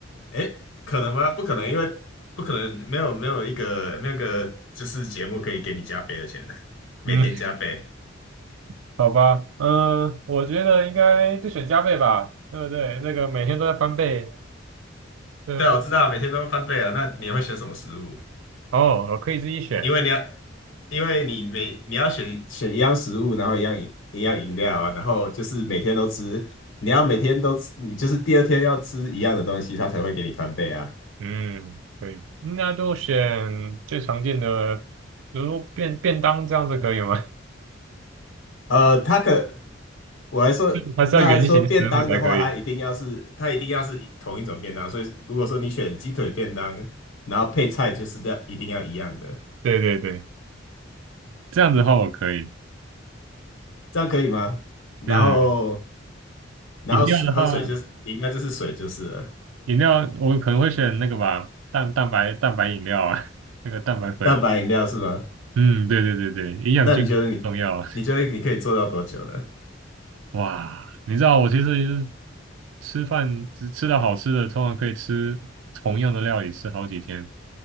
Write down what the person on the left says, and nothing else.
诶，可能吗？不可能，因为不可能没有没有一个没有一个就是节目可以给你加倍的钱，<laughs> 每天加倍。
对啊，我知道，每天都翻倍啊。那你会选什么食物？
因为你要，因为你每你要选选一样食物，然后一样饮一样饮料啊，然后就是每天都吃，你要每天都吃，你就是第二天要吃一样的东西，它才会给你翻倍啊。
呃，它可我还说，
那说便当的话，它一定要是它一定要是同一种便当，所以如果说你选鸡腿便当，然后配菜就是这样，一定要一样的，
这样可以吗？然后
然后水喝水就是饮料就是水就是了，
蛋白饮料是吗？
那你觉得你，你觉得你可以做到多久呢？